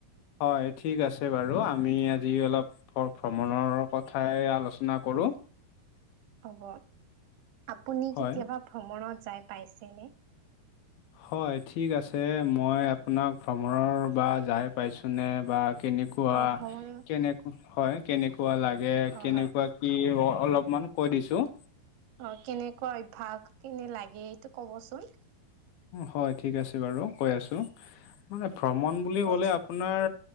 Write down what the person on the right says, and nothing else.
হ'ব আপুনি
কেতিয়াবা ভ্ৰমণত যাই পাইছেনে
অ', ভ্ৰমণত
অ',
হয়।
অ কেনেকুৱা অভ্যাস কেনে লাগে এইটো কবচোন।
উম,
কওকচোন।